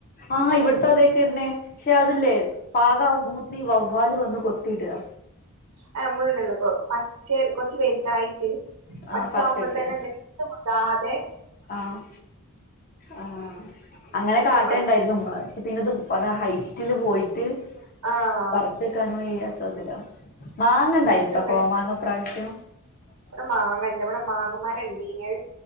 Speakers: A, on the left; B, on the right.
A: ആഹ് ഇവിടത്ത അതേക്കന്നെ പക്ഷെ അതില്ലേ പാകാകുമ്പത്തിന് വവ്വാല് വന്ന് കൊത്തിയിടുക
B: ആ നമ്മള്ടള്ളപ്പോ ഉള്ളപ്പോ. പച്ചയിൽ കൊറച്ച് വല്തായിട്ട്
A: ആ
B: പച്ച
A: പറിച്ചൊക്കെ
B: ആവുമ്പേത്തന്നെ എന്ത <unintelligible>
A: ആഹ് ആഹ് അങ്ങനെ
B: ഇങ്ങനെ
A: കാട്ടെൽ
B: പഴു
A: ഉണ്ടായിരുന്നു ഉമ്മാ പിന്നെ ഇതും കുറെ ഹൈറ്റില് പോയിട്ട്
B: ആഹ്
A: പറച്ച് എട്ക്കാനും വെയ്യാത്തതിലാ മാങ്ങ ഇണ്ടായിനി
B: നല്ല
A: ട്ടൊ കോമാങ്ങ ഇപ്രാവ്ശ്യം
B: ഇബടെ മാങ്ങ ഇല്ല ഇബടെ മാങ്ങമാരം ഇണ്ടെയ്നി അഹ്